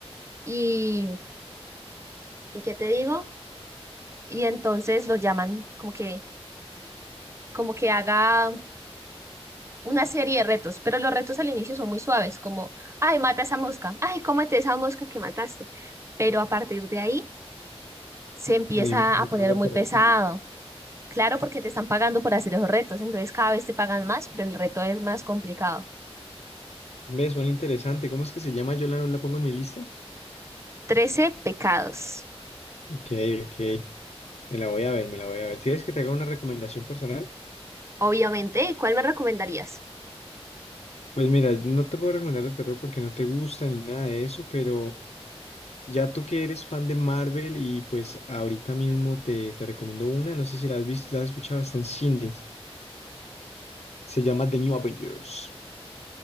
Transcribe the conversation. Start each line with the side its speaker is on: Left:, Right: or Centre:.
Right: y ¿Y qué te digo? Y entonces lo llaman como que, como que haga una serie de retos, pero los retos al inicio son muy suaves, como, ay, mata esa mosca, ay, cómete esa mosca que mataste. Pero a partir de ahí se empieza
Left: Me imagino,
Right: a poner
Left: no reservatorios.
Right: muy pesado. Claro, porque te están pagando por hacer esos retos, entonces cada vez te pagan más, pero el reto es más complicado.
Left: ¿Ves? Bueno, interesante. ¿Cómo es que se llama? Yo la, la pongo en mi lista.
Right: Trece pecados.
Left: Ok, ok. Me la voy a ver, me la voy a ver. Si ¿Quieres que te haga una recomendación personal?
Right: Obviamente, ¿cuál me recomendarías?
Left: Pues mira, no te puedo recomendar de terror porque no te gusta ni nada de eso, pero ya tú que eres fan de Marvel y pues ahorita mismo te, te recomiendo una, no sé si la has visto, la has escuchado, está en cines. Se llama The New Avengers.